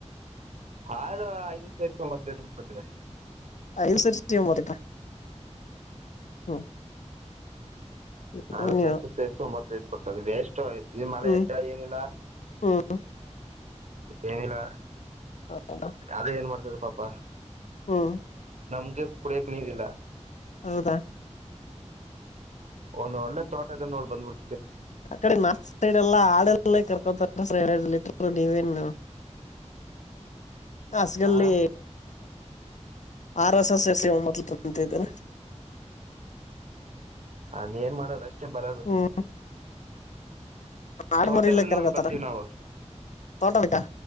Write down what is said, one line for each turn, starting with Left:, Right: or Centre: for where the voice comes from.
Right: ಐವತ್ತೈದು ತೊಂಬತ್ತೇಳು ಬರ್ತಿದೆ
Left: <unintelligible> ಹ್ಮ್ ಹ್ಮ್
Right: ಅದು
Left: ನೀವು
Right: ಸೇರಿಸು ವೇಸ್ಟು ಈ ಮಳೆ
Left: ಹ್ಮ್
Right: ಇಲ್ಲ ಏನಿಲ್ಲ
Left: ಹ್ಮ್
Right: ಏನಿಲ್ಲ
Left: ಹೌದಾ
Right: ಅದೇ ಏನ್ ಮಾಡ್ತಿದ್ದೀಯಾ ಪಾಪ
Left: ಹ್ಮ್
Right: ನಮಗೆ ಕುಡಿಯೋಕೆ ನೀರಿಲ್ಲ
Left: ಹೌದಾ
Right: ಒಂದು ಒಳ್ಳೆ ತೋಟದಲ್ಲಿ ಹೋಗ್ ಬಂದ್ಬಿಡ್ತೀನಿ
Left: ಆ ಕಡೆ ನೋಡ್ಸರೆಲ್ಲ ಆಡಲ್ನೆ ಕರ್ಕೊಂತಾರ <unintelligible> ನೀವೇನು ಅಸ್ಗಲ್ಲಿ
Right: ಆ
Left: ಆರ್‌ಎಸ್‌ ಸೇರಿ ಒಂಬತ್ತು ತಿಂತೀವಿ
Right: ಅದೇನ್ ಮಾಡೋದು ಅಷ್ಟ ಅಷ್ಟೇ ಬರೋದು
Left: ಹ್ಮ್ ಆಡ್
Right: ತೋಟದಲ್ಲಿ
Left: ಮರಿಲ್ಲ ಕರ್ಕತಾರ
Right: ನೋಡು ಬರುತ್ತೇವೆ ನಾವು
Left: ತೋಟ ಬೇಕಾ